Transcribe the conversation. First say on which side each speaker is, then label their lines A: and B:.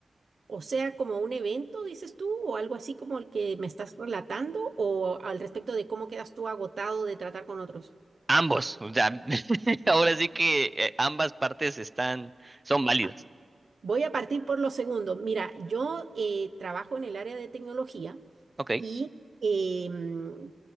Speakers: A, on the right; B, on the right.
A: o sea, como un evento, dices tú, o algo así como el que me estás relatando, o al respecto de cómo quedas tú agotado de tratar con otros.
B: Ambos, o sea, <laughs> ahora sí que eh, ambas partes están, son válidas.
A: Ah, Voy a partir por los segundos Mira, yo eh, trabajo en el área de tecnología
B: Ok,
A: y eh, mm,